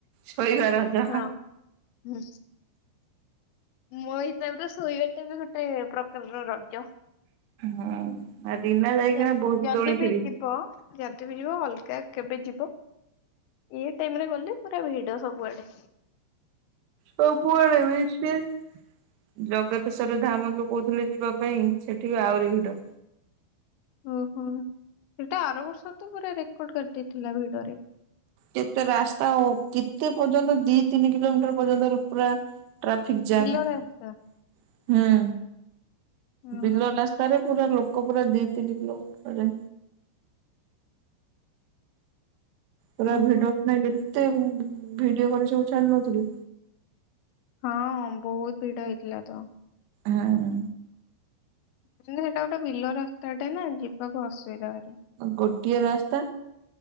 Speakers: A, on the right; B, on the left.
A: ଶୋଇବା ରଜ।
B: ହଁ ହୁଁ। ମୋ ହିସାବରେ ଶୋଇବା ଟା ବି ଗୋଟେ ପ୍ରକାରର ରଜ।
A: ହୁଁ ଆ ଦିନ ଯାଇକିନା
B: ଯ-
A: ବହୁତ
B: ଯଦି
A: ଦୋଳି
B: ବି
A: ଖେଳିଛୁ।
B: ଯିବ ଯଦି ବି ଯିବ ଅଲଗା-କେବେ ଯିବ। ଏ-ଟାଇମରେ ଗଲେ ପୁରା ଭିଡ ସବୁଆଡେ।
A: ସବୁଆଡେ <unintelligible> ଜଗତେଶ୍ଵର ଧାମ ଯୋଉ କହୁଥିଲେ ଯିବା ପାଇଁ ସେଠି ଆହୁରି ଭିଡ।
B: ଓହୋ ସେଇଟା ଆର ବର୍ଷ ତ ପୁରା ରେକର୍ଡ କାଟିଥିଲା ଭିଡରେ।
A: କେତେ ରାସ୍ତା ଓ କେତେ ପର୍ଯ୍ୟନ୍ତ ଦି ତିନି କିଲୋମିଟର ପର୍ଯ୍ୟନ୍ତ ପୁରା- ଟ୍ରାଫିକ୍ ଜାମ
B: ବିଲ ରାସ୍ତା
A: ହୁଁ।
B: ଓହୋ
A: ବିଲ ରାସ୍ତାରେ ପୁରା ଲୋକ। <unintelligible> ଦି ତିନି କିଲୋ ଭିତରେ ପୁରା
B: ଓହୋ
A: ଭିଡିଓ ବନେଇ ଏତେ ଓ ଭିଡିଓ କରି ସବୁ ଛାଡୁ ନଥିଲି।
B: ହଁ ବହୁତ ଭିଡ ହେଇଥିଲା ତ।
A: ହଁ।
B: ହଁ ସେଇଟା ଗୋଟେ ବିଲ ରାସ୍ତାଟେ ନା ଯିବାକୁ ଅସୁବିଧା ହ
A: ଗୋଟିଏ ରାସ୍ତା